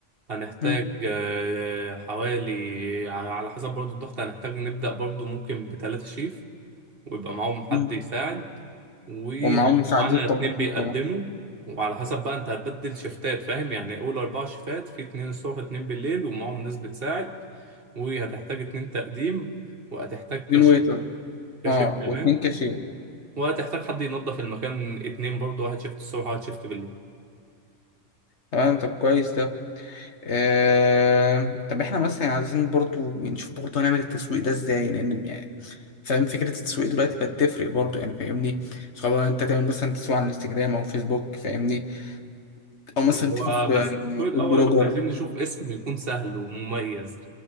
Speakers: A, on the right (about 50°); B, on the left (about 65°).
A: هنحتاج
B: مم.
A: آه، حوالي على حسب برضو الضغط هنحتاج نبدأ برضو ممكن بتلاتة شيف ويبقى معاهم حد
B: مم.
A: يساعد وهيبقى
B: ومعاهم مساعدين
A: معانا
B: طباخين
A: اتنين بيقدموا
B: طبعا
A: وعلى حسب بقى انت هتبدل شفتات فاهم يعني اول اربع شفتات في اتنين الصبح اتنين بالليل ومعاهم ناس بتساعد وهتحتاج اتنين تقديم وهتحتاج كشف
B: اتنين ويتر
A: كشف
B: اه
A: كمان
B: واتنين كاشير
A: وهتحتاج حد ينظف المكان اتنين برضه واحد شفت الصبح وواحد شفت بالليل
B: تمام طب كويس ده آه... طب احنا مثلا عايزين برضو نشوف برضو هنعمل التسويق ده ازاي لان يعني فاهم فكرة التسويق دلوقتي بقت تفرق برضو يعني فاهمني سواء انت تعمل مثلا تسويق على الانستجرام او فيسبوك فاهمني او مثلا
A: هو
B: تيجي في
A: بس
B: آه،
A: التصوير الأول
B: فود بلوجر
A: عايزين نشوف اسم يكون سهل ومميز